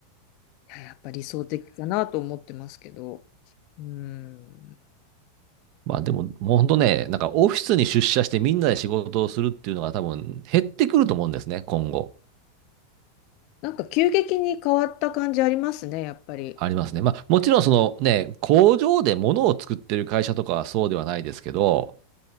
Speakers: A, on the left; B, on the right.
A: いや、やっぱ理想的かなと思ってますけど。うん。
B: まあでも、もうほんとね、なんかオフィスに出社してみんなで仕事をするっていうのが多分減ってくると思うんですね、今後。
A: なんか急激に変わった感じありますね、やっぱり。
B: ありますね。まあ、もちろんそのね、工場で物を作ってる会社とかはそうではないですけど、